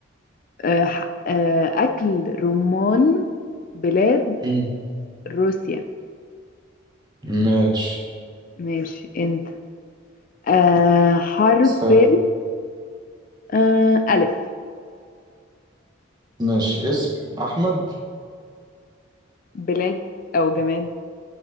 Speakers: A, on the left; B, on the right.
A: آه، ح- آه، أكل رمان بلاد
B: مم.
A: روسيا
B: ماشي
A: ماشي أنت آه، حرف
B: اسال
A: ال آه، ألف
B: ماشي اسم احمد
A: بلاد أو جماد